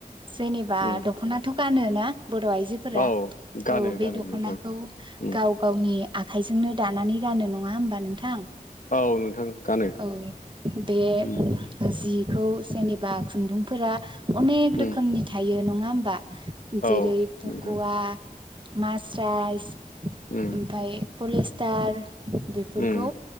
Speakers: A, on the right; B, on the left.
A: जेनेबा
B: उम
A: दख'नाथ' गानोना बर' आइजो फोरा
B: औ गानो
A: औ बे
B: गानो
A: दखनाखौ
B: नोंथां उम
A: गाव गावनि आखाइजोंनो दानानै गानो नङा होमबा नोंथां
B: औ नोंथां गानो
A: औ बे
B: उम
A: जिखौ जेनेबा खुन्दुंफोरा अनेक रोखोमनि
B: उम
A: थायो नङा होमबा
B: औ
A: जेरै पक'वा
B: नोंथां
A: मास राइस
B: उम
A: ओमफाय पलिस्टार बेफोरखौ
B: उम